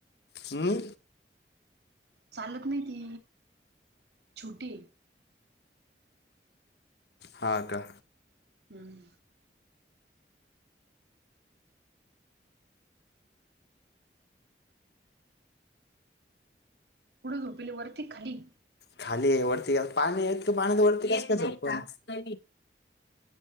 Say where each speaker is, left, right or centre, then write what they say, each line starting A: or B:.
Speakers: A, on the left; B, on the right.
A: हम्
B: चालक नाही ती छुटी
A: हा का
B: हम्म पुड झोपले वरती खाली
A: खाली आहे वरती पाणी आहे पाण्या तर वरती